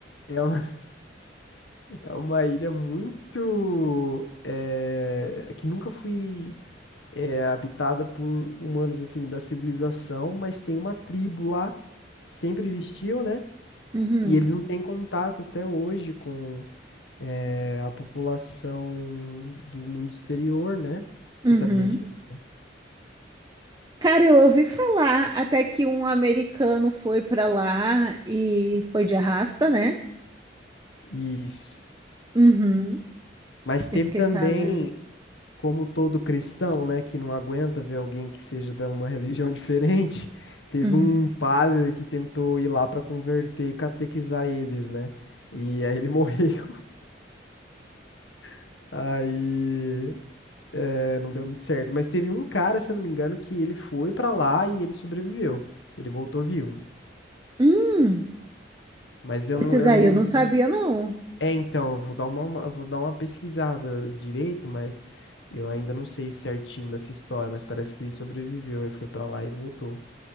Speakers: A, on the left; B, on the right.
A: é, é uma É uma ilha muito eh, que nunca foi eh, habitada por humanos assim da civilização, mas tem uma tribo lá, sempre existiu, né?
B: Uhum,
A: E eles não têm contato até hoje com eh, a população do mundo exterior, né?
B: uhum.
A: Você sabia disso?
B: Cara, eu ouvi falar até que um americano foi pra lá e foi de arrasta, né?
A: Isso.
B: Uhum,
A: Mas teve
B: eu fiquei
A: também
B: sabendo.
A: como todo cristão, né, que não aguenta ver alguém que seja de uma religião diferente, <laughs> teve
B: Uhum.
A: um padre que tentou ir lá para converter e catequizar eles, né? E aí ele morreu. <laughs> Aí é, não deu muito certo. Mas teve um cara, se eu não me engano, que ele foi para lá e ele sobreviveu. Ele voltou vivo.
B: Hum,
A: Mas eu
B: esse
A: não, eu
B: daí
A: não.
B: eu não sabia,
A: eu não-
B: não.
A: É, então, eu vou dar uma, uma- eu vou dar uma pesquisada direito, mas eu ainda não sei certinho dessa história, mas parece que ele sobreviveu. Ele foi para lá e voltou.